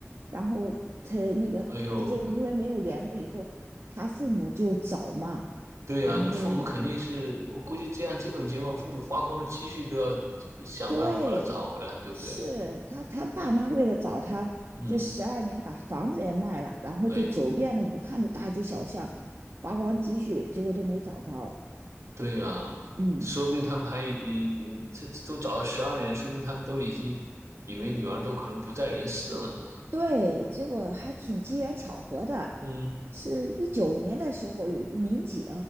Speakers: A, on the right (about 60°); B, on the right (about 75°).
A: 然后她那个不是因为没有联络以后，
B: 哎呦，那
A: 她父母就找嘛。
B: 对呀，
A: 然后
B: 那父母肯定是，我估计这样这种情况，父母花光了积蓄都要想办法把他找回来，
A: 对，
B: 对不对？
A: 是他他爸妈为了找他，
B: 嗯，
A: 这十二年把房子也卖了，然后就走遍了武汉的大街小巷，
B: 哎呦，
A: 花光积蓄，结果都没找着。
B: 对呀，
A: 嗯，
B: 说不定他们还已已这都找了十二年，说不定他们都已经以为女儿都可能不在人世了呢。
A: 对，结果还挺机缘巧合的，
B: 嗯
A: 是一九年的时候有一个民警，